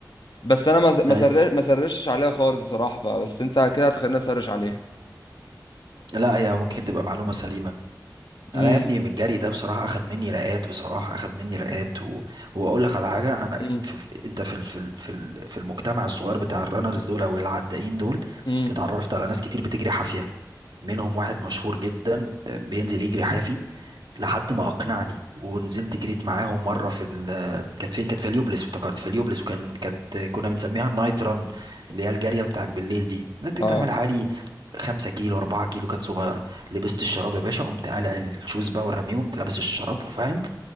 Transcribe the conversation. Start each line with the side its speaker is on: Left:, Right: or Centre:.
Left: بس انا
Right: <laughs>
Left: ما ما
Right: أي
Left: سر- ما سرشتش عليها خالص بصراحه فبس انت كده هتخليني اسرش عليها
Right: لا هي ممكن تبقى معلومة سليمة
Left: امم
Right: أنا يا ابني من الجري ده بصراحة أخد مني رقات بصراحة أخد مني رقات و... وأقول لك على حاجة أنا
Left: امم
Right: في... في- أنت في ال... في ال... في ال- في المجتمع الصغير بتاع الرانرز دول أو العدائين دول
Left: امم
Right: اتعرفت على ناس كتير بتجري حافية منهم واحد مشهور جدا آه، بينزل يجري حافي لحد ما اقنعني ونزلت جريت معاهم مره في ال كانت فين كانت في اليوبلس افتكرت في اليوبلس وكان كانت كنا بنسميها النايت ران اللي هي الجاريه بتاعت بالليل دي كنت
Left: اه
Right: تعمل حوالي خمسة كيلو أربعة كيلو كانت صغيرة لبست الشراب يا باشا قمت قلع الشوز بقى ورميه قمت لابس الشراب وفاهم